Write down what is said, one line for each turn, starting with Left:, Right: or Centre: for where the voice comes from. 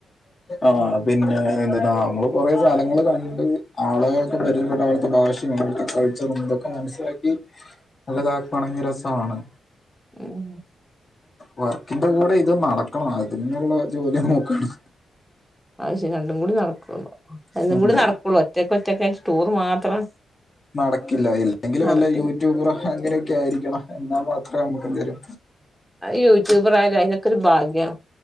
Left: ആഹ് പിന്നെ എന്നാ നമ്മള് കൊറെ സ്ഥലങ്ങൾ കണ്ടി ആളുകളെ പരിചയപ്പെട്ട് അവിടുത്തെ ഭാഷയും കൾച്ചറും ഇതൊക്കെ മനസ്സിലാക്കി.
Centre: <inaudible>
Left: നല്ല <unintelligible> ങ്കി രസാണ്
Centre: ഉം
Left: വർക്കിന്റെ കൂടെ ഇത് നടക്കണം അതിനുള്ള ജോലി നോക്കണം
Centre: ആ അത് ശരി രണ്ടും കൂടി നടക്കുള്ളു. അതും
Left: ഉം
Centre: കൂടി നടക്കുള്ളൂ ഒറ്റക്ക് ഒറ്റക്ക് ആയിട്ട് ടൂർ മാത്രം
Left: നടക്കില്ല ഇല്ലെങ്കിലും
Centre: നടക്കരുത്
Left: വല്ല യൂട്യൂബറോ അങ്ങനെയൊക്കെ ആയിരിക്കണം എന്നാ മാത്രമേ നമ്മുക്ക് എന്തേ
Centre: യൂട്യൂബർ ആയാലും അയിനൊക്കെ ഒരു ഭാഗ്യം